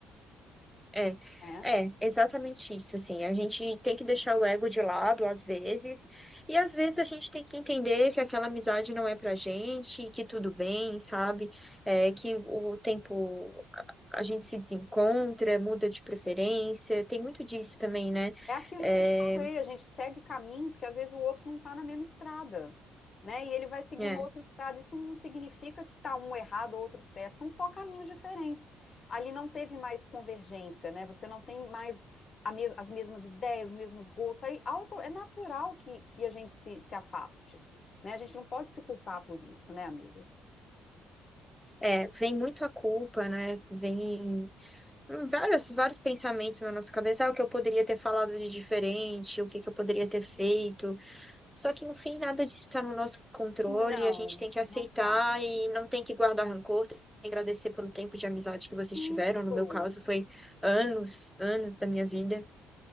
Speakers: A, in the centre; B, on the left.
A: É,
B: né?
A: é, exatamente isso, assim, a gente tem que deixar o ego de lado às vezes, e às vezes a gente tem que entender que aquela amizade não é pra gente, que tudo bem, sabe? É, que o tempo a gente se desencontra, muda de preferência, tem muito disso também, né?
B: É aquilo
A: É,
B: que eu te falei, a gente segue caminhos que às vezes o outro não está na mesma estrada, né? E ele vai seguir
A: é,
B: uma outra estrada. Isso não significa que está um errado, ou outro certo. São só caminhos diferentes. Ali não teve mais convergência, né? Você não tem mais a mes- as mesmas ideias, os mesmos gostos. Aí auto- é natural que, que a gente se, se afaste, né? A gente não pode se culpar por isso, né, amigo?
A: é, vem muito a culpa, né? Vem vários, vários pensamentos na nossa cabeça, ah, o que eu poderia ter falado de diferente, o que que eu poderia ter feito, Só que no fim nada disso está no nosso controle,
B: Não,
A: a gente tem que aceitar
B: não tá.
A: e não tem que guardar rancor, tem que agradecer pelo tempo de amizade que vocês tiveram.
B: Isso.
A: No meu caso, foi anos, anos da minha vida.